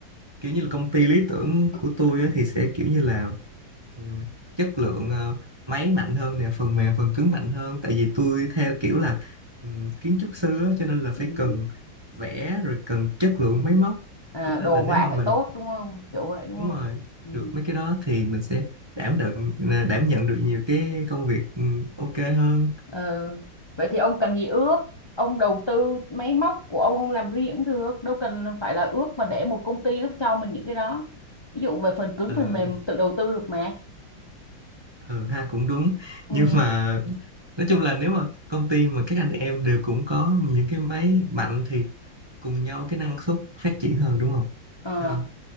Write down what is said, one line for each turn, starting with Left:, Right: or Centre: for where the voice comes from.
Right: kiểu như là công ty lý tưởng của tôi á, thì sẽ kiểu như là um, chất lượng ờ, máy mạnh hơn nè phần mềm phần cứng mạnh hơn tại vì tôi theo kiểu là um, kiến trúc sư á, cho nên là
Left: Ừ,
Right: phải cần vẽ rồi cần chất lượng
Left: ừ.
Right: máy móc
Left: À,
Right: cho nên
Left: đồ
Right: là nếu
Left: họa
Right: mà
Left: phải
Right: mình
Left: tốt đúng không? Kiểu vậy đúng
Right: đúng
Left: không?
Right: rồi
Left: Ừ.
Right: được mấy cái đó thì mình sẽ đảm đựng đảm nhận được nhiều cái công việc ừ, ok hơn
Left: Ờ, vậy thì ông cần gì ước? Ông đầu tư máy móc của ông ông làm riêng cũng được, đâu cần phải là ước mà để một công ty nó cho mình những cái đó. Ví dụ về phần cứng
Right: ừ,
Left: phần mềm tự đầu tư được mà.
Right: ừ ha cũng đúng <laughs>
Left: Ừ.
Right: nhưng mà nói chung là nếu mà công ty mà các anh em đều cũng có những cái máy mạnh thì cùng nhau cái năng suất phát triển hơn đúng không
Left: Ờ,
Right: à,